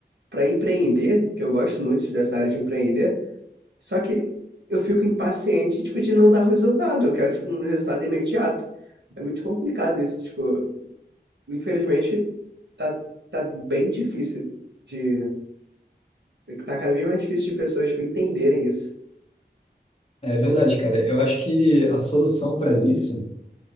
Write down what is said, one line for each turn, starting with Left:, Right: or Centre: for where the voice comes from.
Right: para empreender, que eu gosto muito dessa área de empreender, só que eu fico impaciente, tipo, de não dar resultado. Eu quero, tipo, um resultado imediato. É muito complicado isso, tipo, infelizmente, tá, tá bem difícil de. Tá cada vez mais difícil de pessoas, tipo, entenderem isso.
Left: É verdade, cara. Eu acho que a solução para isso